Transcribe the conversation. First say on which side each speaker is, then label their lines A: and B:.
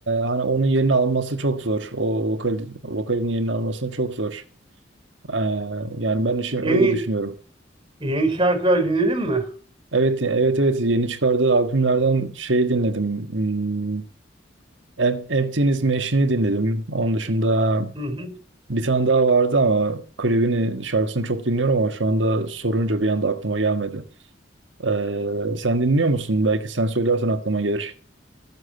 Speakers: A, on the right; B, on the right.
A: hani onun yerini alması çok zor. O vokal, vokalin yerini alması çok zor. Ee, yani ben şimdi
B: Yeni
A: öyle düşünüyorum.
B: yeni şarkılar dinledin mi?
A: Evet, evet, evet. Yeni çıkardığı albümlerden şey dinledim. Hmm, Em- Emptiness Machine'i dinledim. Onun dışında
B: Hı hı.
A: bir tane daha vardı ama klibini, şarkısını çok dinliyorum ama şu anda sorunca bir anda aklıma gelmedi. Ee, sen dinliyor musun? Belki sen söylersen aklıma gelir.